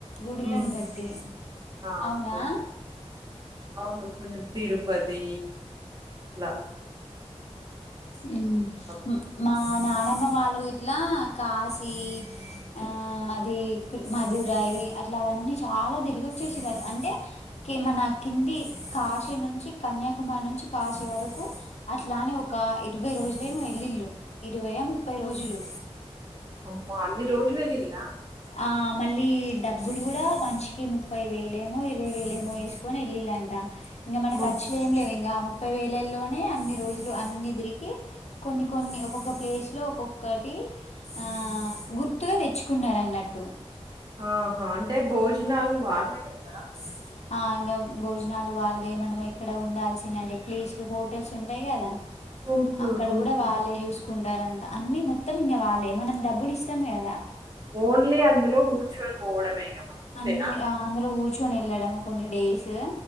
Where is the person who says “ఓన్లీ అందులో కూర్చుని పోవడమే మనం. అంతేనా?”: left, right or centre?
Right